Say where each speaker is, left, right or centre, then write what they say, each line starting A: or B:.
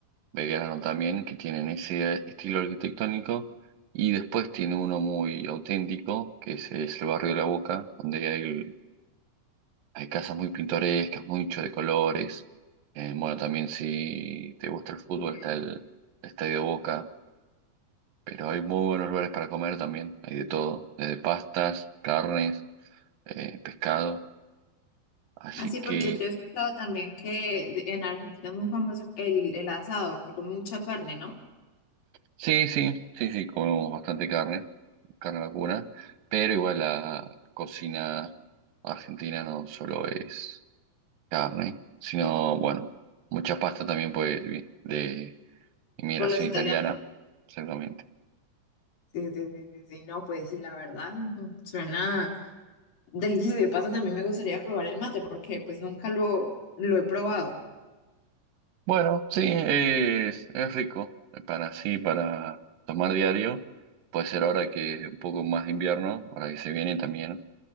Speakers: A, on the right; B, on the left.
A: Belgrano también, que tienen ese estilo arquitectónico. Y después tiene uno muy auténtico, que es, es el barrio de La Boca, donde hay, hay casas muy pintorescas, mucho de colores. Eh, bueno, también si te gusta el fútbol,
B: Eh,
A: está el Estadio Boca Pero hay muy buenos lugares para comer también, hay de todo, desde pastas, carnes, eh, pescado. Así
B: Así,
A: que
B: porque yo he escuchado también que de- en Argentina es muy famoso el, el asado, que come mucha carne, ¿no?
A: sí, sí, sí, sí, comemos bastante carne, carne vacuna, pero igual la cocina argentina no solo es carne, sino, bueno, mucha pasta también pues vi- de inmigración
B: Por los italianos.
A: italiana, exactamente.
B: Sí, sí, sí, sí, sí, no, pues sí, la verdad, ujú, suena delicioso. De paso, también me gustaría probar el mate porque pues nunca lo, lo he probado.
A: Bueno, sí, eh, es, es rico eh, para sí, para tomar diario. Puede ser ahora que es un poco más de invierno, ahora que se viene también.